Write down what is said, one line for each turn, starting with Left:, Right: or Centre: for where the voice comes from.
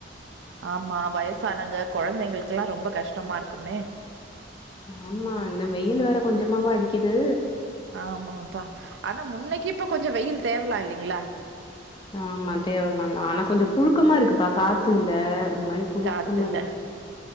Right: ஆமா வயசானங்க கொழந்தைங்ளுக்ல்லா ரொம்ப கஷ்டமா இருக்குமே
Left: ஆமா இந்த வெயில் வேற கொஞ்சமாவா அடிக்கிது
Right: ஆமாப்பா ஆனா முன்னைக்கி இப்ப கொஞ்ச வெயில் தேவலா இல்லிங்ளா
Left: ஆமா தேவலாந்தா ஆனா கொஞ்ச புழுக்கமா இருக்குப்பா காத்து இல்ல ஒர் மாரி புழுக்கமா
Right: காத்து இல்ல
Left: இருக்கு.